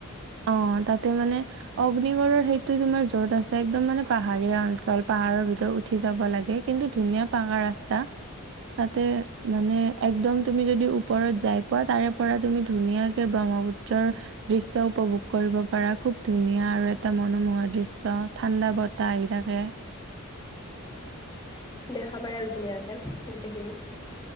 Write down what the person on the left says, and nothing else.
দেখা পায় আৰু ধুনীয়াকে গোটেইখিনি